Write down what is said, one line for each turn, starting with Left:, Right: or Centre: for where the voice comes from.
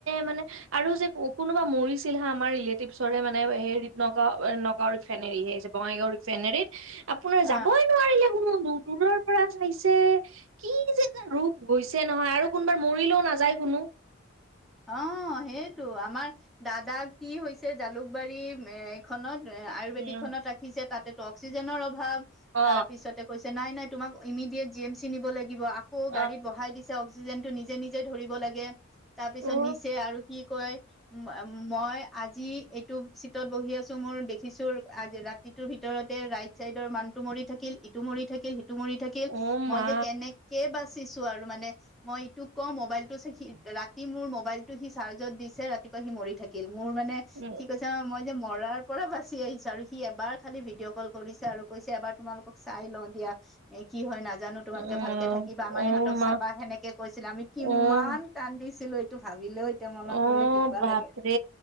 Right: মানে আৰু যে কো কোনোবা মৰিছ ছিল হা আমাৰ ৰিলেটিভছৰে মানে হেৰি নগাও নগাও ৰিফেনেৰী সে হৈছে বঙাইগাঁও ৰিফেনেৰীত। আপোনাৰ যাবই
Centre: অ
Right: নোৱাৰিলে কোনো। দ দূৰৰ পৰা চাইছে কি যে ৰূপ গৈছে নহয় আৰু কোনবাৰ মৰিলেও নাযায় কোনো
Centre: অ সেইটো আমাৰ দাদা কি হৈছে জালুকবাৰী এইখনত আয়ুৰ্বেদিক
Right: উম
Centre: খনত ৰাখিছে তাতেটো অক্সিজেনৰ অভাৱ,
Right: অ
Centre: তাৰ পিছতে কৈছ নাই নাই তোমাক ইমিডিয়েট জি এম চি নিব লাগিব আকৌ গাড়ীত
Right: অ
Centre: বঢ়াই দিছে যেনটো নিজে নিজে ধৰিব লাগে, তাৰ পিছত
Right: অ
Centre: নিচে আৰু সি কয় মই আজি এইটো চিটত বহি আছো মোৰ দেখিছো আজি ৰাতি ইটোৰ ভিতৰতে ৰাইট চাইডৰ মানটো মৰি থাকিল, ইটো মৰি থাকিল সি মৰি থাকিল
Right: অ
Centre: মই
Right: মা
Centre: যে কেনেকে বা চিছো আৰু মানে মই এইটো ক মোবাইলটো চি ৰা তি মোৰ মোবাইলটো সি চাৰ্জত দিছে ৰাতিপুৱা সি মৰি থাকিল, মোৰ মানে
Right: অ
Centre: কি কৈছে মই যে মৰাৰ পৰা বাছি আহিছে আৰু সি এবাৰ খালি ভিডিঅ' কল কৰিছে আৰু কৈছে এবাৰ তোমালোকক চাই লওঁ দিয়া। কি হয় না জানো তোমালোকে
Right: অ
Centre: ভালকে থাকিবা আমাৰ
Right: অ
Centre: ইহঁতক
Right: মা
Centre: চাবা সেনেকে কৈছিলা আমি কিমান
Right: অ
Centre: কান্দিছিলো এইটো। ভাবিলেও এতিয়া মনত
Right: অ
Centre: পৰিলে কিবা
Right: বাপৰে
Centre: লাগে